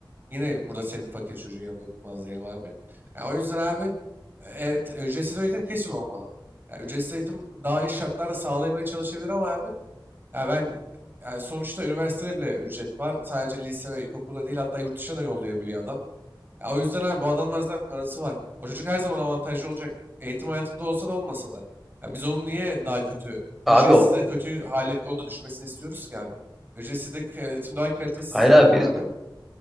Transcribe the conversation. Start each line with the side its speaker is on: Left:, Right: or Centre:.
Right: Yine burada senin fakir çocuğun yanında okutmaz diyelim abi. Ya o yüzden abi evet ücretsiz eğitim kesin olmalı. Ya ücretsiz eğitim daha iyi şartlarda sağlayamaya çalışabilir ama abi ya ben yani sonuçta üniversitede bile ücret var. Sadece lise ve ilkokula değil hatta yurt dışına da yollayabiliyor adam. Ya o yüzden abi bu adamların zaten parası var. O çocuk her zaman avantajlı olacak. Eğitim hayatında olsa da olmasa da. Ya biz onun niye daha kötü, ücretsiz
Centre: Abi o
Right: de kötü hale onun da düşmesini istiyoruz ki abi. Ücretsiz de eğitim daha kalitesiz
Centre: Hayır abi
Right: diyelim
Centre: biz
Right: abi.